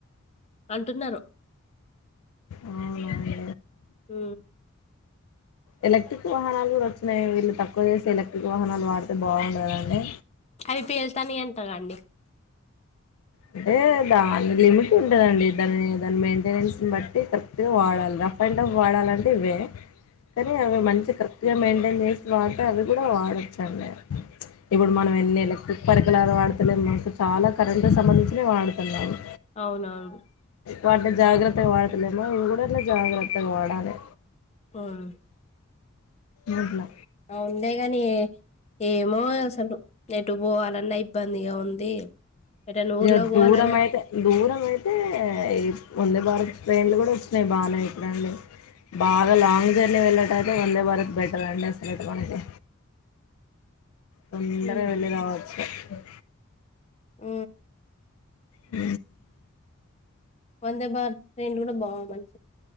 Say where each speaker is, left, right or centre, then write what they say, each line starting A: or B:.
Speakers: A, on the left; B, on the left.
A: అంటున్నారు
B: అవునండి
A: అ
B: ఎలక్ట్రిక్ వాహనాలు కూడా వచ్చినాయి వీళ్ళు తక్కువ చేసి ఎలక్ట్రిక్ వాహనాలు వాడితే బాగుండదండి
A: అవి పేల్తాను ఎంత కాండి
B: అంటే దాని లిమిట్ ఉంటందండి దాని దాని మెయింటెనెన్స్ బట్టి కరెక్ట్ గా వాడాలి రఫ్ అండ్ రఫ్ వాడాలంటే ఇవే సరే అవి మంచిగా కరెక్ట్ గా మం చేస్ వాట అది కూడా వాడొచ్చు అండి ఇప్పుడు మనం ఎన్నిళ్ళ కుప్పరికి ఎల వాతులే మా చాలా కరం సంబంధించిన వాడుతున్నాను.
A: అవునవును
B: వాటిని జాగ్రత్తగా వాడుతులేమో ఇవి కూడా జాగ్రత్తగా వాడాలి.
A: ఉమ్.
B: నప్పు
A: ఆ ఉందే గాని ఏ మో అసలు ఏటు పోవాలి పనిగా ఉంది అ ఎట ఉర్లా
B: ఇగ
A: పోవాలన్న
B: దూరం అయితే దూరం అయితే ఈ వందే భారత్ ట్రైన్లు కూడా వస్తున్నాయి బాగానే ఇక్కడండి బాగా లాంగ్ జర్నీ వెళ్ళట్ట అయితే వందే భారత్ బెటర్ అండి అసలుయితే మనకి తొందర
A: ఉమ్,
B: వళ రావచ్చు స <inaudible>
A: అ
B: అ
A: వందే భారత్ ట్రైన్ కూడా బాగుమంట